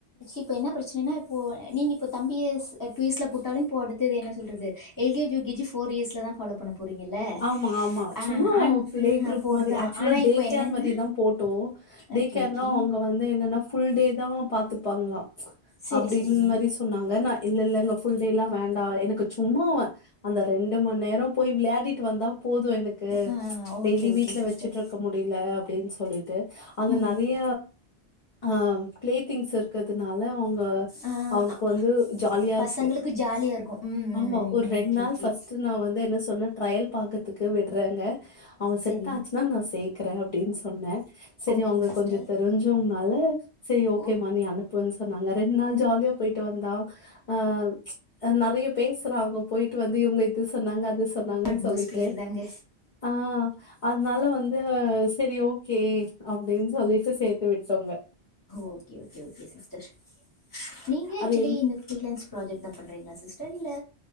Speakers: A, on the left; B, on the left.
A: இப்ப என்ன பிரச்னைன்னா இப்போ நீங்க இப்ப தம்பிய ஸ் எட்டு வயசுல போட்டாலு ப்போ அடுத்தது என்ன சொல்றது L K G U K G four இயர்ஸ்லதா பாலோ பண்ண போறீங்கல்ல
B: ஆமா ஆமா
A: ஆ
B: சும்மா
A: ஆன்
B: பிளே குரூப்
A: போறதா
B: மாரி ஆக்சுவலா
A: ஆனா
B: டே
A: இப்போ என்னன்னா
B: கேர் மாரிதா போட்டோம் டே
A: ஓகே
B: கேர்னா
A: ஓகே
B: அவங்க வந்து என்னனா ஃபுல்டே பத்தரமா பாத்துபாங்களாம்
A: செரி
B: அப்படின்னு
A: செரிங்க
B: மாதிரி சொன்னாங்க நான் இல்ல இல்லங்க ஃபுல் டே எல்லாம் வேண்டாம் எனக்கு சும்மா அந்த ரெண்டு மணி நேரம் போய் விளயாடிட் வந்தா போதும் எனக்கு
A: ஆ ஓகே
B: டெய்லி
A: ஓகே
B: வீட்ல
A: சிஸ்டர்
B: வச்சுட்டு இருக்க முடியல அப்பிடின்னு சொல்லிட்டு அங்க
A: ம்
B: நிறைய
A: ம்
B: ஆஹ் கிளேத்திங்ஸ் இருக்கிறதுனால அவங்க
A: ஆ
B: அவனுக்கு
A: அ,
B: வந்து
A: அ,
B: ஜாலியா
A: பசங்களுக்கு
B: இருக்கு
A: ஜாலியா இருக்கு ம் ம்
B: ஆமா
A: ம்
B: ஒரு ரெண்டு
A: ஓகே
B: நாள்
A: ஓகே
B: பஸ்ட்டு நா வந்து என்ன சொன்ன ட்ரயல் பாக்கறத்துக்கு விடுறாங்க அவ செத்தாச்சுன்னா
A: செரிங்க
B: நா சே இருக்கற அப்பிடின்னு சொன்னே செரி
A: ஓகேங்க
B: அவங்க
A: சிஸ்டர்
B: கொஞ்சு தெரிஞ்சோங்கனால செரி ஓக்கேம்மா
A: ஓ
B: நீ அனுப்புன்னு நாங்க ரெண்டு நாள் ஜாலியா போயிட்டு வந்தா அ ம்ச் ஆ நறையோ பேசுறாங்கோ போயிட்டு வந்து இவங்க இது சொன்னாங்க அது சொ சொன்னாங்கு
A: அட்மாஸ்பியர்
B: சொல்லிட்டு
A: தாங்க
B: ஆ அதனால வந்து செரி ஓக் கே அப்படின்னு சொல்லிட்டு சேத்து விட்டோங்க
A: ஓக்கே ஓக்கே ஓக்கே சிஸ்டர் நீங்க ஆக்சுவலி
B: அது என்
A: இந்த பீரிலன்ஸ் ப்ராஜெக்ட் தா பண்றீங்களா சிஸ்டர் இல்ல